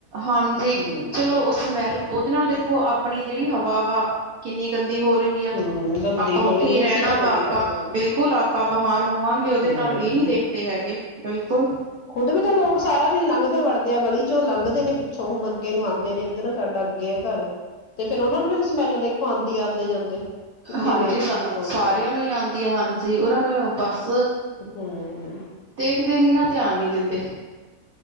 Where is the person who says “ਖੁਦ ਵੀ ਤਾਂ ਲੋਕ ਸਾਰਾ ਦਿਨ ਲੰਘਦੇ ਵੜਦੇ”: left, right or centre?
Left